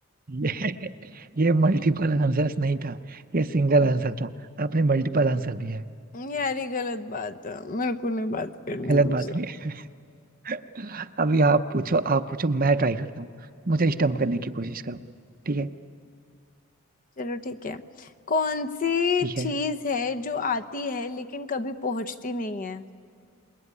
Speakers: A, on the right (about 40°); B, on the left (about 40°).
A: ये ये मल्टीपल आंसर्स नहीं था ये सिंगल आंसर था आपने मल्टीपल आंसर दिया है
B: यार ये गलत बात है मेरे को नहीं बात करनी
A: गलत
B: तुमसे
A: बात नहीं है अभी आप पूछो आप पूछो मैं ट्राई करता हूँ मुझे स्टम्प करने की कोशिश करो ठीक है
B: चलो ठीक है कौन सी
A: ठीक
B: चीज
A: है
B: है जो आती है लेकिन कभी पहुंचती नहीं है